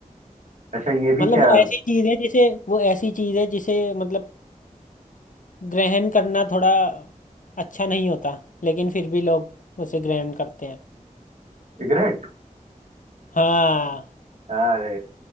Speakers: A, on the right (about 60°); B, on the left (about 70°).
A: अच्छा ये भी
B: मतलब
A: क्या
B: वो ऐसी चीज है जिसे वो ऐसी चीज है जिसे मतलब ग्रहण करना थोड़ा अच्छा नहीं होता लेकिन फिर भी लोग उसे ग्रहण करते हैं
A: सिगरेट
B: हाँ
A: अरे